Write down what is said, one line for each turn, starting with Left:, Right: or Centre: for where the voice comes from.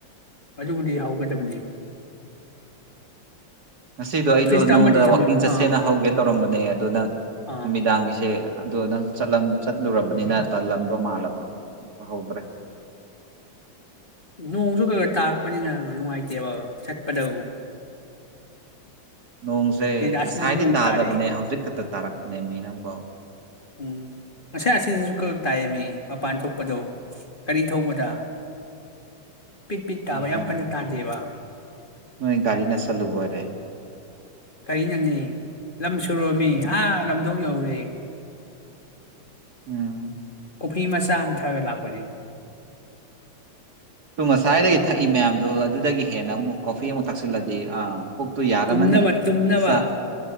Left: ꯑꯗꯨꯕꯨꯗꯤ ꯍꯥꯎꯒꯗꯕꯅꯦ
Right: ꯉꯁꯤꯗꯣ
Left: ꯑꯗꯨ
Right: ꯑꯩꯗꯣ
Left: ꯐ꯭ꯔꯤꯖꯇ
Right: ꯅꯉꯣꯟꯗ
Left: ꯑꯃꯗꯤ ꯊꯝꯃꯤ
Right: ꯋꯥꯛꯀꯤꯡ ꯆꯠꯁꯦꯅ
Left: ꯑꯥ
Right: ꯍꯧꯒꯦ ꯇꯧꯔꯝꯕꯅꯦ ꯑꯗꯨ ꯅꯪ
Left: ꯑꯥ
Right: ꯅꯨꯃꯤꯗꯥꯡꯒꯤꯁꯦ ꯑꯗꯣ ꯅꯪ ꯆꯠꯂꯝ ꯆꯠꯂꯨꯔꯕꯅꯤꯅ ꯇꯜꯂꯝꯗꯣ ꯃꯥꯜꯂ ꯕ ꯅ ꯍꯧꯗ꯭ꯔꯦ
Left: ꯅꯣꯡꯖꯨ ꯈꯒ ꯇꯥꯛꯔꯛꯄꯅꯤꯅ ꯅꯨꯡꯉꯥꯏꯇꯦꯕ ꯆꯠꯄꯗꯣ
Right: ꯅꯣꯡꯁꯦ ꯉꯁꯥꯏꯗꯤ
Left: ꯑꯁꯤꯗꯁꯨ ꯅꯣꯡ
Right: ꯇꯥꯗꯕꯅꯦ
Left: ꯇꯥꯔꯛꯑꯦ
Right: ꯍꯧꯖꯤꯛ ꯈꯛꯇ ꯇꯥꯔꯛꯄꯅꯦꯃꯤ ꯅꯪꯕꯣ
Left: ꯎꯝ ꯉꯁꯥꯏ ꯑꯁꯤꯗꯁꯨ ꯈꯈꯛ ꯇꯥꯏꯌꯦꯃꯤ ꯃꯄꯥꯟ ꯊꯣꯛꯄꯗꯣ ꯀꯔꯤ ꯊꯧꯕꯗ
Right: <inaudible>
Left: ꯄꯤꯠ ꯄꯤꯠ ꯇꯥꯕ
Right: ꯏꯍꯦ
Left: ꯌꯥꯝ ꯀꯟꯅ ꯇꯥꯗꯦꯕ
Right: ꯅꯣꯏ ꯒꯥꯔꯤꯅ ꯁꯠꯂꯨꯕ ꯑꯣꯏꯔꯦ
Left: ꯀꯔꯤꯅꯣꯅꯦ ꯂꯝꯁꯨꯔꯣꯃꯤ ꯑꯥ ꯂꯝꯗꯣꯡ ꯌꯧꯔꯨꯔꯦ
Right: ꯎꯝ
Left: ꯀꯣꯐꯤ ꯃꯆꯥ ꯑꯝ ꯊꯛꯑꯒ ꯂꯥꯛꯄꯅꯦ
Right: ꯗꯨ ꯉꯁꯥꯏꯗꯒꯤ ꯊꯛꯏ ꯃꯌꯥꯝꯗꯣ ꯑꯗꯨꯗꯒꯤ ꯍꯦꯟꯅ ꯑꯃꯨꯛ ꯀꯣꯐꯤ ꯑꯃꯨꯛ ꯊꯛꯆꯜꯂꯗꯤ ꯑꯥ ꯄꯨꯛꯇꯣ ꯌꯥꯔꯝꯃꯅꯤ
Left: ꯇꯨꯝꯅꯕ ꯇꯨꯝꯅꯕ
Right: ꯆꯥꯛ